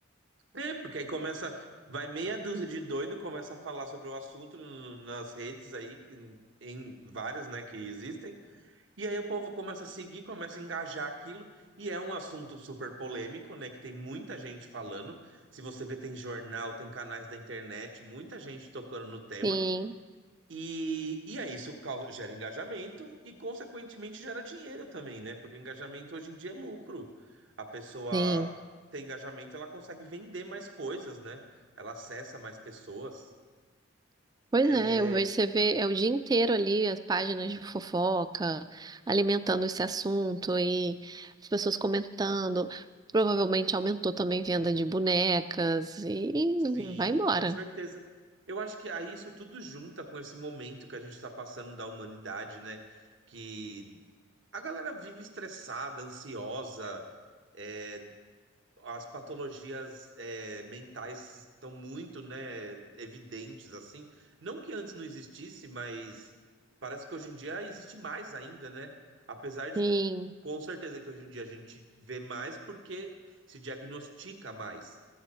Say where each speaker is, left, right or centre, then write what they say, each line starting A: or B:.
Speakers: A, on the right (about 70°); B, on the right (about 20°).
A: É, porque aí começa, vai meia dúzia de doido, começa a falar sobre o assunto no- nas redes aí, em, em várias, né, que existem, e aí o povo começa a seguir, começa a engajar aquilo, e é um assunto super polêmico, né, que tem muita gente falando, se você vê, tem jornal, tem canais da internet, muita gente tocando no tema,
B: Sim,
A: e, e aí isso causa, gera engajamento e, consequentemente, gera dinheiro também, né? Porque engajamento hoje em dia é lucro. A pessoa
B: sim.
A: tem engajamento, ela consegue vender mais coisas, né? Ela acessa mais pessoas.
B: Pois
A: É,
B: é, eu vejo você vê é o dia inteiro ali as páginas de fofoca, alimentando esse assunto e as pessoas comentando. Provavelmente aumentou também venda de bonecas e
A: sim,
B: vai embora.
A: com certeza. Eu acho que aí isso tudo junta com esse momento que a gente está passando da humanidade, né? Que a galera vive estressada, ansiosa, é, as patologias é, mentais estão muito, né, evidentes assim. Não que antes não existisse, mas parece que hoje em dia existe mais ainda, né? Apesar de
B: Sim,
A: com certeza que hoje em dia a gente vê mais porque se diagnostica mais.